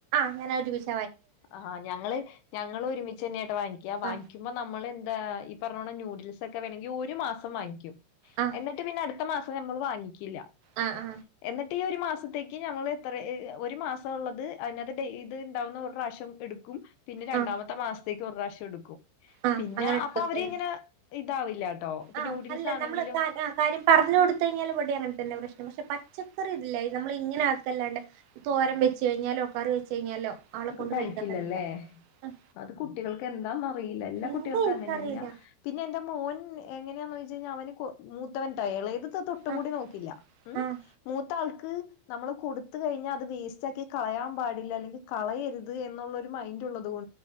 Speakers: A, on the right; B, on the left.
A: അങ്ങനെ ഒരുമിച്ച്
B: ആഹ് ഞങ്ങള് ഞങ്ങൾ ഒരുമിച്ച് തന്നെയാട്ടോ വാങ്ങിക്കാ. വാങ്ങിക്കുമ്പോ
A: ആ
B: നമ്മൾ എന്താ ഈ പറഞ്ഞോണം നൂ ഡിസൊക്കെ വേണോങ്കി ഒരു മാസം വാങ്ങിക്കും.
A: ആ
B: എന്നിട്ട് പിന്നെ അടു ത്ത മാസം നമ്മള് വാങ്ങി. ഇല്ല.
A: ആ ആ
B: എന്നി ഈ ഒരു മാസത്തേക്ക് നമ്മള് എത്ര ഒരു മാസം ഒള്ളത് അതിനകത്ത് ഡേ ഇത് ഇണ്ടാവുന്നോർ പ്രാവശ്യം എടുക്കും. പിന്നെ രണ്ടാമത്തെ
A: ആ
B: മാസം ത്ക്ക് ഒരുപ്രാവശം എടുക്കും
A: ആ
B: പിന്നെ
A: അങ്ങനെ എടുത്തു
B: അപ്പൊ
A: വെക്കും
B: അവര് ഇങ്ങനെ ഇതാവില്ല കേട്ടോ ഇപ്പൊ
A: ആഹ്
B: നൂഡിൽസ്
A: അല്ല
B: ആണെങ്കിലും
A: നമ്മള് കാ കാര്യം പറഞ്ഞു കൊടുത്ത് കഴിഞ്ഞാല് ഇവിടെ അങ്ങനത്തന്നെ പ്രശ്നം പക്ഷെ പച്ചക്കറി ഇല്ല നമ്മളിങ്ങനാക്കല്ലണ്ട് തോരൻ വെച്ചുകഴിഞ്ഞാലോ കറി വെച്ച് കഴിഞ്ഞാലോ ആളെ
B: നമുക്ക്
A: കൊണ്ട്
B: കഴിക്കില്ലല്ലേ
A: കഴിക്കാൻ കഴിയില്ല ആഹ്
B: അത് കുട്ടികൾക്ക് എന്താന്നറിയില്ല എല്ലാ കുട്ടികൾക്കും
A: എന്താ എനിക്കറിയില്ല
B: അങ്ങനന്നെയാ പിന്നെ എറെ മോൻ എങ്ങന യാന്ന് വെച്ച്കഴിഞ്ഞാ അവന് കൊ മൂത്തവന്റെ ഇളയത് തൊട്ടും
A: ആഹ്
B: കൂടി നോക്കില്ല ഉം
A: ആഹ്
B: മൂത്ത ആൾ ക്ക് നമ്മള് കൊടുത്ത് കഴിഞ്ഞ അത് വേസ്റ്റ് ആക്കി കളയാൻ പാടില്ല അല്ലെങ്കി കളയരുത് എന്നുള്ളൊരു മൈൻഡ് ഉള്ളത് കൊ